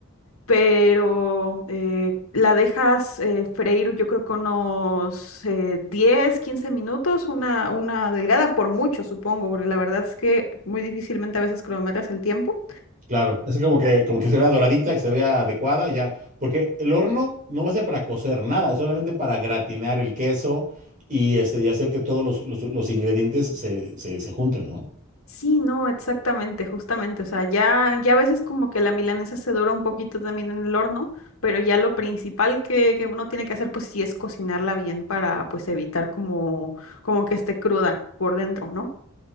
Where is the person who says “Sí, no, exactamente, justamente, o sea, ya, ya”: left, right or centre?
Left